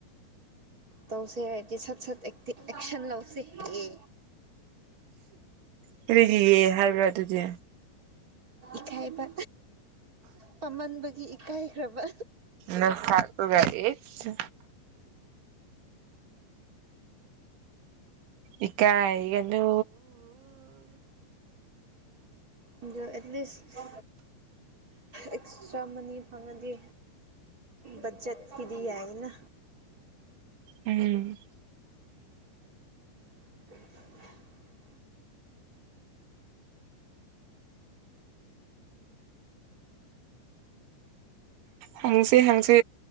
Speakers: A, on the right; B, on the right.
A: ꯇꯧꯁꯦ ꯍꯥꯏꯔꯗꯤ ꯁꯠ ꯁꯠ ꯑꯦꯛꯁꯟ ꯂꯧꯁꯤ ꯑꯦ
B: ꯀꯔꯤꯒꯤ ꯑꯦ ꯍꯥꯏꯕ꯭ꯔꯥ ꯑꯗꯨꯗꯤ
A: ꯏꯀꯥꯏꯕ ꯄꯥꯝꯃꯟꯕꯒꯤ ꯏꯀꯥꯏꯈ꯭ꯔꯕ
B: ꯅꯁꯥꯥꯛꯇꯨꯒ ꯢꯁ ꯏꯀꯥꯏꯒꯅꯨ
A: ꯑꯗꯣ ꯑꯦꯠꯂꯤꯁ ꯑꯦꯛꯁꯇ꯭ꯔꯥ ꯑꯅꯤ ꯐꯪꯉꯗꯤ ꯕꯆꯠꯀꯤꯗꯤ ꯌꯥꯏꯅ
B: ꯎꯝ
A: <unintelligible>
B: ꯍꯪꯁꯦ ꯍꯪꯁꯦ